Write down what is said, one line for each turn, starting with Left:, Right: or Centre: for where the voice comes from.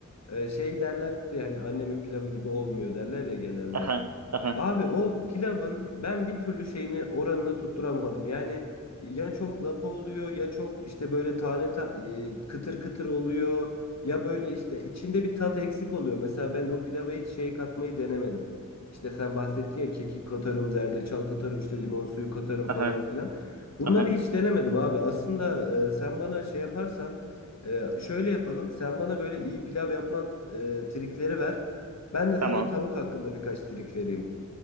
Left: e, şey derler ya hani annemin pilavı gibi olmuyor derler ya genelde.
Right: Aha, aha,
Left: Abi o pilavın ben bir türlü şeyini oranını tutturamadım. Yani ya çok lapa oluyor ya çok işte böyle tane ta- e, kıtır kıtır oluyor ya böyle işte içinde bir tat eksik oluyor. Mesela ben o pilava hiç şey katmayı denemedim. İşte sen bahsettin ya kekik katarım, zerdeçal katarım, işte limon suyu katarım falan
Right: aha,
Left: filan. Bunları
Right: aha.
Left: hiç denemedim abi. Aslında e, sen bana şey yaparsan e, şöyle yapalım. Sen bana böyle iyi pilav yapma e, trikleri ver. Ben de
Right: Tamam.
Left: sana tavuk hakkında birkaç trik vereyim.